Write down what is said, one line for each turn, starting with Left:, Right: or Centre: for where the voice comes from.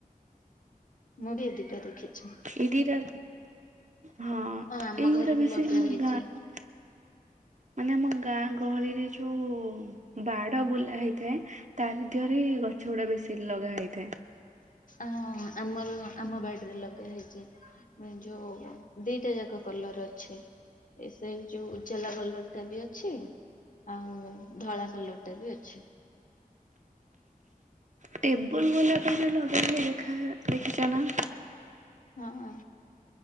Left: ମୁଁ ବି ଏ ଦିଟା ଦେଖିଛି।
Right: ଏ ଦିଇଟା ହଁ
Left: ଆମ
Right: ଏଇ ଗୋଡା
Left: ଘରେ ବି
Right: ବେଶୀ
Left: ଲଗା
Right: ଆମ
Left: ହେଇଛି
Right: ଗାଁ ମାନେ ଆମ ଗାଁ ଗହଳିରେ ଯୋଉ ବାଡ଼ ବୁଲା ହେଇଥାଏ ତାରିଦିହରେ ଗଛ ଗୁଡା ବେଶୀ ଲଗା ହେଇଥାଏ।
Left: ହଁ ଆମର ଆମ ବାଡିରେ ଲଗା ହେଇଛି। ହୁଁ ଯୋଉ ଦିଟା ଯାକ କଲର ଅଛି। ଏ ସେଇ ଯୋଉ ଉଜାଲା କଲର ଟା ବି ଅଛି ଆଉ ଧଳା କଲର ଟା ବି ଅଛି।
Right: ଟେବୁଲ ଗୋଲାପରେ ଯୋଉ ଲଗାହୁଏ ଦେଖା ଦେଖିଛ ନା?
Left: ହଁ।